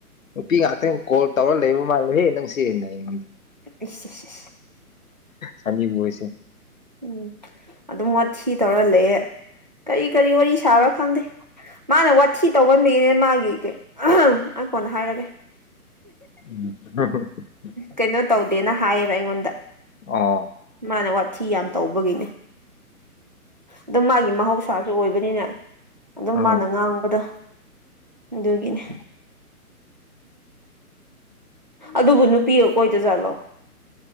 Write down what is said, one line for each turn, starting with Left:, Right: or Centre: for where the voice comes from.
Left: ꯅꯨꯄꯤ ꯉꯥꯛꯇꯅꯤ ꯀꯣꯜ ꯇꯧꯔꯒ ꯂꯩꯕ ꯃꯥꯜꯂꯦꯍꯦ ꯅꯪꯁꯦ ꯑꯩꯉꯣꯟꯗ
Right: ꯁꯦ
Left: ꯁꯅꯤꯕꯣꯏꯁꯦ
Right: ꯎꯝ ꯑꯗꯨꯝ ꯋꯥꯊꯤ ꯇꯧꯔꯥ ꯂꯩꯌꯦ ꯀꯔꯤ ꯀꯔꯤ ꯋꯥꯔꯤ ꯁꯥꯕꯔꯥ ꯈꯪꯗꯦ ꯃꯥꯅ ꯋꯥꯊꯤ ꯇꯧꯍꯟꯕꯒꯤꯅꯦ ꯃꯥꯒꯤ ꯑꯩꯉꯣꯟꯗ ꯑꯩ ꯀꯣꯟꯅꯥ ꯍꯥꯏꯔꯒꯦ
Left: ꯎꯝ
Right: ꯀꯩꯅꯣ ꯇꯧꯗꯦꯅ ꯍꯥꯏꯌꯦꯕ ꯑꯩꯉꯣꯟꯗ
Left: ꯑꯣ
Right: ꯃꯥꯅ ꯋꯥꯊꯤ ꯌꯥꯝ ꯇꯧꯕꯒꯤꯅꯦ ꯑꯗꯨꯝ ꯃꯥꯒꯤ ꯃꯍꯧꯁꯥꯁꯨ ꯑꯣꯏꯕꯅꯤꯅ ꯑꯗꯨꯝ
Left: ꯎꯝ
Right: ꯃꯥꯅ ꯉꯥꯡꯕꯗ ꯗꯨꯒꯤꯅꯦ ꯑꯗꯨꯕꯨ ꯅꯨꯄꯤꯔꯣ ꯀꯣꯏꯗꯖꯥꯠꯂꯣ